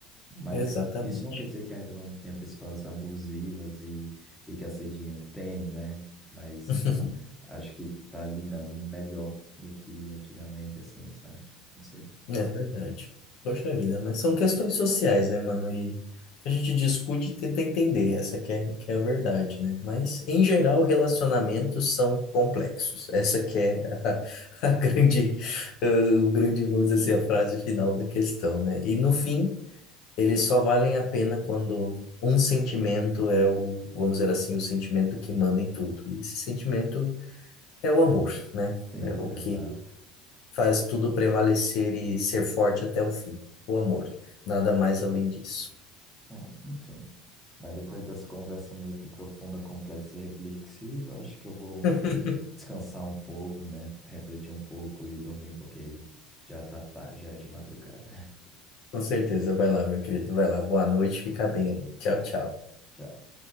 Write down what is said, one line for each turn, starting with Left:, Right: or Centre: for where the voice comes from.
Centre: Mas
Left: exatamente.
Centre: isso não quer dizer que ainda não tenha pessoas abusivas e, e que assediam. Tem, né? Mas
Left: <laughs>
Centre: acho que tá lidando melhor do que antigamente, assim, sabe? Não sei.
Left: É verdade. Poxa vida, mas são questões sociais, né, mano? E a gente discute e tenta entender, essa que é, que é a verdade, né? Mas, em geral, relacionamentos são complexos. Essa que é a, <laughs> a grande, eh, o grande, vamos dizer assim, a frase final da questão, né? E, no fim, eles só valem a pena quando um sentimento é o, vamos dizer assim, o sentimento que manda em tudo. E esse sentimento é o amor, né?
Centre: Sim,
Left: É o
Centre: exato.
Left: que faz tudo prevalecer e ser forte até o fim. O amor. Nada mais além disso.
Centre: É, enfim. Mas depois dessa conversa meio que profunda, complexa e reflexiva, acho que eu vou
Left: <laughs>
Centre: descansar um pouco, né? Refletir um pouco e dormir, porque já tá tarde, já é de madrugada. <laughs>
Left: Com certeza. Vai lá, meu querido. Vai lá. Boa noite. Fica bem aí. Tchau, tchau.
Centre: Tchau.